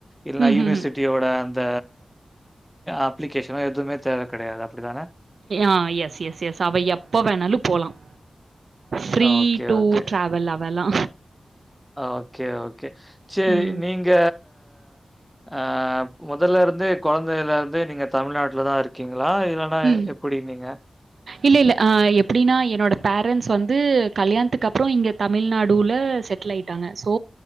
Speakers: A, in the centre; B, on the right.
A: இல்
B: ம்ஹ்ஹ்ம்.
A: யூனிவர்சிட்டியோட அந்த அப்ளிகேஷ ஏனா எதுமே தேவ கெடையாது அப்டித்தான
B: ஆ எஸ் எஸ் எஸ் அவ எப்ப வேணாலு போலாம் free
A: okay,
B: two
A: okay.
B: Travel அவ லா
A: ஓகே ஓகே சரி
B: ம்.
A: நீங்க ஆ முதல்ல இருந்தே கொழந்தைல இருந்தே நீங்க தமிழ்நாட்டுல தா இருக்கீங்களா இல்ல னா
B: ம்.
A: எப்டி நீங்க
B: இல்ல இல்ல அ எப்டின்னா என்னோட பேரண்ட்ஸ் வந்து கல்யாணத்துக்கு அப்றோ இங்க தமிழ்நாடுல செட்டில் ஆயிட்டாங்க ஸோ